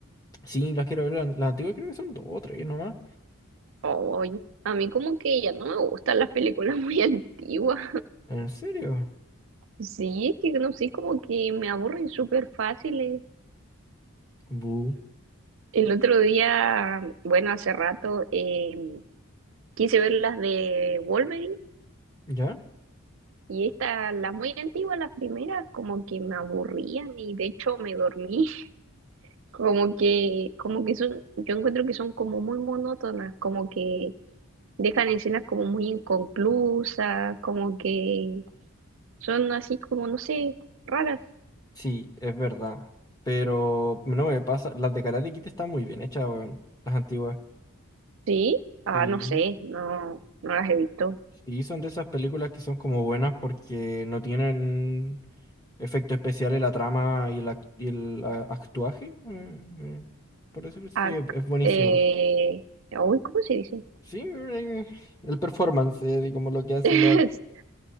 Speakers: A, on the left; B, on the right.
A: sí, las quiero ver. Las, las antiguas creo que son dos o tres nomás.
B: Oye, a mí como que ya no me gustan las películas muy <laughs> antiguas.
A: ¿En serio?
B: Sí, es que no sé, como que me aburren súper fáciles.
A: Bu.
B: El otro día, bueno, hace rato, eh, quise ver las de Wolverine
A: ¿Ya?
B: y estas, las muy antiguas, las primeras, como que me aburrían y de hecho me dormí. <laughs> Como que, como que son, yo encuentro que son como muy monótonas, como que dejan escenas como muy inconclusas, como que son así como, no sé, raras.
A: Sí, es verdad. Pero no me pasa. Las de Karate Kid están muy bien hechas, weón. Las antiguas.
B: Sí, ah,
A: Sí.
B: no sé, no, no las he visto.
A: Sí, son de esas películas que son como buenas porque no tienen efecto especial en la trama y, el ac- y el ah, actuaje. eh, eh, Por decirlo así,
B: Ac-
A: es es buenísimo.
B: eh, uy, ¿cómo se dice?
A: Sí, eh, el performance, eh, y como lo que hacen
B: <laughs>
A: los ac-